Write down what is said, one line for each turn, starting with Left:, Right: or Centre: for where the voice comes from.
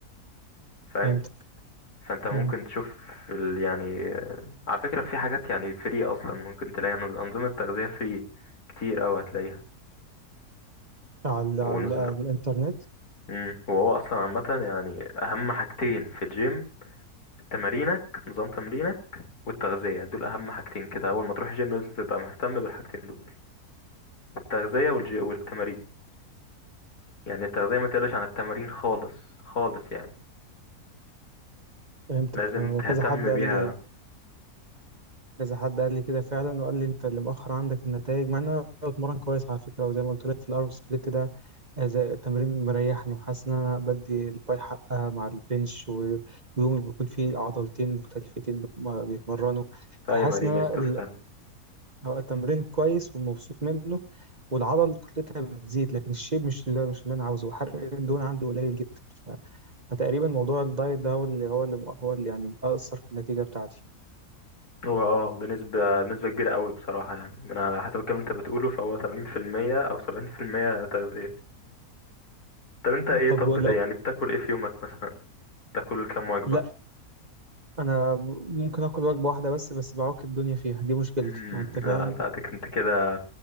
Left: فاهم
Right: فهمتك
Left: فانت ممكن
Right: مم.
Left: تشوف ال... يعني آه، على فكرة في حاجات يعني فري اصلا ممكن تلاقي نظ- انظمة تغذية فري كتير اوي هتلاقيها
Right: على
Left: ونز...
Right: على على الانترنت
Left: مم. وهو اصلا عامة يعني اهم حاجتين في الجيم تمارينك نظام تمرينك والتغذية دول أهم حاجتين كده أول ما تروح جيم لازم تبقى مهتم بالحاجتين دول التغذية والجي... والتمارين يعني التغذية ما تقلش عن التمارين خالص خالص يعني
Right: فهمتك
Left: لازم
Right: آه،
Left: تهتم
Right: وكذا حد قال
Left: بيها
Right: لي كذا حد قال لي كده فعلا وقال لي انت اللي مؤخر عندك النتائج مع ان انا بتمرن كويس على فكره وزي ما قلت لك في الارنولد سبليت ده آه، زي التمرين مريحني وحاسس ان انا بدي الباي حقها مع البنش و- ويومي بيكون فيه عضلتين مختلفتين بت- ما بيتمرنوا فحاسس
Left: أيوة ما دي
Right: ان
Left: ميزته
Right: انا ال-
Left: فعلا
Right: هو التمرين كويس ومبسوط منه والعضل كتلتها بتزيد لكن الشيب مش اللي مش اللي انا عاوزه وحرق الدهون عندي قليل جدا ف- فتقريبا موضوع الدايت ده هو اللي هو اللي هو اللي يعني اثر في النتيجه بتاعتي
Left: هو اه بنسبة بنسبة كبيرة قوي بصراحة يعني من على حسب الكلام اللي انت بتقوله فهو 80% أو 70% تغذية طب انت ايه
Right: طب
Left: طب
Right: لو
Left: بت- يعني بتاكل ايه في يومك مثلا بتاكل كام وجبة؟
Right: لا انا ممكن اكل وجبه واحده بس بس بعوك الدنيا فيها دي مشكلتي
Left: مم،
Right: يعني انت فاهم
Left: لا لا ده انت كده